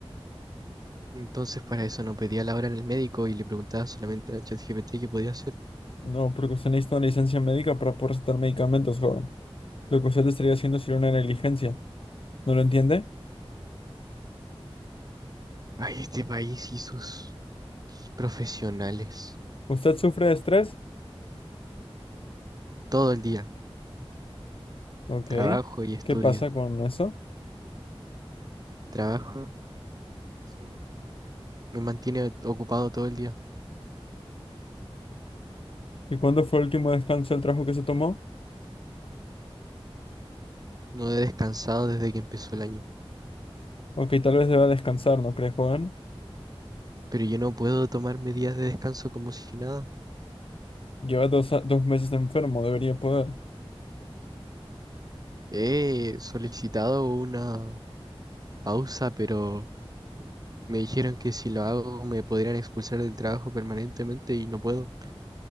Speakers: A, on the right; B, on the left.
A: entonces para eso no pedía la hora en el médico y le preguntaba solamente al chat GPT qué podía hacer.
B: No, porque usted necesita una licencia médica para poder recetar medicamentos, joven. Lo que usted estaría haciendo sería una negligencia. ¿No lo entiende?
A: Ay, este país y sus Qué profesionales.
B: ¿Usted sufre de estrés?
A: Todo el día.
B: Ok.
A: Trabajo y estudio.
B: ¿Qué pasa con eso?
A: Trabajo y eso me mantiene ocupado todo el día.
B: ¿Y cuándo fue el último descanso del trabajo que se tomó?
A: No he descansado desde que empezó el año.
B: Ok, tal vez deba descansar, ¿no cree, joven?
A: Pero yo no puedo tomarme días de descanso como si nada.
B: Lleva dos, a- dos meses enfermo, debería poder.
A: He solicitado una pausa, pero me dijeron que si lo hago me podrían expulsar del trabajo permanentemente y no puedo,